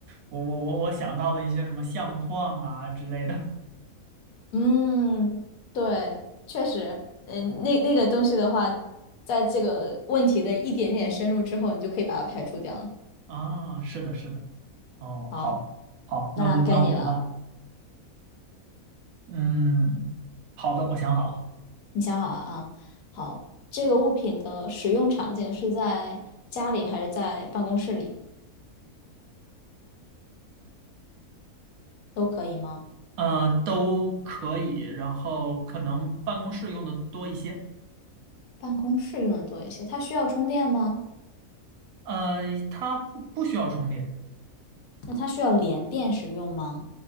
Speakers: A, on the right; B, on the left.
A: 我我我我想到了一些什么相框啊之类的
B: 嗯，对，确实，嗯，那那个东西的话，在这个问题的一点点深入之后，你就可以把它排除掉了。
A: 啊。是的，是的。哦，
B: 好，
A: 好，好，
B: 那该你了，
A: 那轮到我了。嗯，好的，我想好了。
B: 你想好了啊？好，这个物品的使用场景是在家里还是在办公室里都可以吗？
A: 呃，都可以，然后可能办公室用的多一些。
B: 办公室用的多一些。它需要充电吗？
A: 呃，它不不需要充电
B: 那它需要连电使用吗？